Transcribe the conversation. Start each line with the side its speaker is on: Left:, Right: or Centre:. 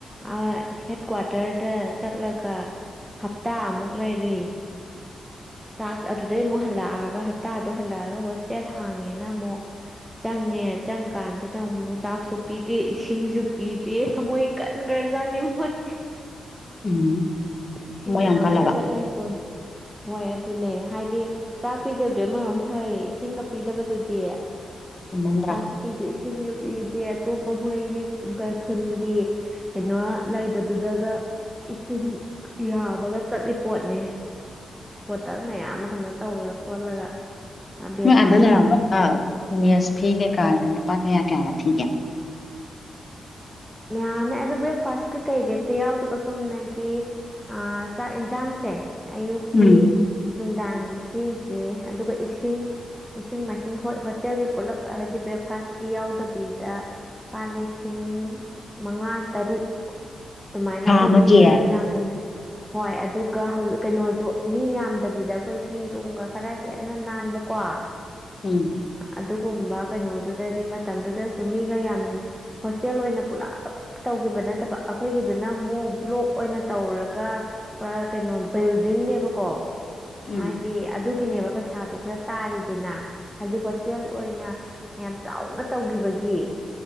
Centre: ꯑꯥ ꯍꯦꯠ ꯀ꯭ꯋꯥꯔꯇꯔꯗ ꯆꯠꯂꯒ ꯍꯞꯇꯥꯃꯨꯛ ꯂꯩꯔꯨꯏ ꯆꯥꯛ ꯑꯗꯨꯗꯩ ꯑꯃꯨꯛ ꯍꯜꯂꯛꯑꯒ ꯍꯞꯇꯥꯗꯣ ꯍꯜꯂꯛꯑꯒ ꯍꯣꯁꯇꯦꯜ ꯍꯥꯡꯉꯦꯅ ꯑꯃꯨꯛ ꯆꯪꯉꯦ ꯆꯪꯀꯥꯟꯗꯨꯗ ꯑꯃꯨꯛ ꯆꯥꯛꯁꯨ ꯄꯤꯗꯦ ꯏꯁꯤꯡꯖꯨ ꯄꯤꯗꯦ ꯊꯃꯣꯏ ꯀꯟꯒ꯭ꯔꯖꯥꯅꯤ ꯃꯣꯏ
Left: ꯎꯝ
Centre: ꯏꯁꯤꯡ
Left: ꯃꯣꯏ ꯌꯥꯝ
Centre: ꯌꯥꯕꯒ
Left: ꯀꯜꯂꯕ
Centre: ꯆꯠꯂꯤ ꯄꯣꯠꯅꯤ ꯃꯣꯏ ꯑꯗꯨꯅꯦ ꯍꯥꯏꯗꯤ ꯆꯥꯛ ꯄꯤꯗꯕꯗꯤ ꯑꯃꯔꯣꯝ ꯐꯔꯦ ꯏꯁꯤꯡꯒ ꯄꯤꯗꯕꯗꯨꯗꯤ
Left: ꯀꯟꯃꯟꯗ꯭ꯔꯥ
Centre: ꯆꯥꯛꯁꯨ ꯄꯤꯗꯦ ꯏꯁꯤꯡꯁꯨ ꯄꯤꯗꯦ ꯑꯇꯣꯞꯄ ꯃꯣꯏꯒꯤ ꯑ ꯈꯨꯟꯒꯤ ꯀꯩꯅꯣ ꯂꯩꯕꯗꯨꯗꯒ ꯏꯁꯤꯡ ꯌꯥꯕꯒ ꯆꯠꯂꯤ ꯄꯣꯠꯅꯤ ꯕꯣꯇꯜ ꯃꯌꯥꯝ ꯀꯩꯅꯣ ꯇꯧꯔ ꯈꯣꯠꯂꯒ ꯕꯦꯔꯥꯅꯤ
Left: ꯃꯣꯏ ꯑꯥꯗ ꯂꯔꯝꯕꯒ ꯃꯦꯁ ꯐꯤ ꯀꯩꯀꯗꯤ ꯃꯄꯥ ꯀꯌꯥ ꯀꯌꯥꯒ ꯊꯤꯒꯦ
Centre: ꯌꯥꯝꯃꯦ ꯑꯗꯨ ꯕ꯭ꯔꯦꯛꯐꯥꯁ ꯀꯩ ꯀꯩꯗꯤ ꯑꯝꯇ ꯌꯥꯎꯗꯦꯀꯣ ꯆꯨꯝꯅꯒꯤ ꯆꯥꯛ ꯌꯦꯟꯖꯥꯡꯁꯦ ꯑꯌꯨꯛꯀꯤ
Left: ꯎꯝ
Centre: ꯅꯨꯡꯗꯥꯡꯒꯤ ꯁꯤꯖꯦ ꯑꯗꯨꯒ ꯏꯁꯤꯡ ꯏꯁꯤꯡ ꯃꯥꯏꯁꯤꯡ ꯍꯣꯏ ꯍꯣꯁꯇꯦꯜꯒꯤ ꯄꯨꯂꯞ ꯍꯥꯏꯗꯤ ꯕ꯭ꯔꯦꯛꯐꯥꯁꯀꯤ ꯌꯥꯎꯗꯕꯤꯗ ꯄꯥ ꯂꯤꯁꯤꯡ ꯃꯉꯥ ꯇꯔꯨꯛ ꯑꯗꯨꯃꯥꯏꯅ
Left: ꯊꯥ
Centre: ꯈꯣꯏ
Left: ꯑꯃꯒꯤ
Centre: ꯃꯤ ꯈꯔ ꯌꯥꯝꯕꯅ ꯍꯣꯏ ꯑꯗꯨꯒ ꯍꯧ ꯀꯩꯅꯣꯁꯨ ꯃꯤ ꯌꯥꯝꯗꯕꯤꯗ ꯈꯣꯏꯒꯤ ꯔꯨꯝꯒ ꯈꯔ ꯍꯦꯟꯅ ꯅꯥꯟꯕ ꯀꯣ ꯑ
Left: ꯎꯝ
Centre: ꯑꯗꯨꯒꯨꯝꯕ ꯀꯩꯅꯣꯗꯨꯗꯗꯤ ꯃꯇꯝꯗꯨꯗꯁꯨ ꯃꯤꯒ ꯌꯥꯝ ꯍꯣꯁ ꯇꯦꯜ ꯑꯣꯏꯅ ꯄꯨꯂꯞ ꯇꯧꯒꯤꯕ ꯅꯠꯇꯕ ꯑꯈꯣꯏꯒꯤꯗꯨꯅ ꯑꯃꯨꯛ ꯕ꯭ꯂꯣꯛ ꯑꯣꯏꯅ ꯇꯧꯔꯒ ꯄꯨꯔꯥ ꯀꯩꯅꯣ ꯕꯤꯜꯗꯤꯡꯅꯦꯕꯀꯣ
Left: ꯎꯝ ꯎꯝ
Centre: ꯍꯥꯏꯗꯤ ꯑꯗꯨꯒꯤꯅꯦꯕ ꯄꯩꯁꯥꯗꯣ ꯈꯔ ꯇꯥꯔꯤꯗꯨꯅ ꯍꯥꯏꯕꯗꯤ ꯍꯣꯁꯇꯦꯜ ꯑꯣꯏꯅ ꯌꯥꯝ ꯆꯥꯎꯅ ꯇꯧꯒꯤꯕꯒꯤ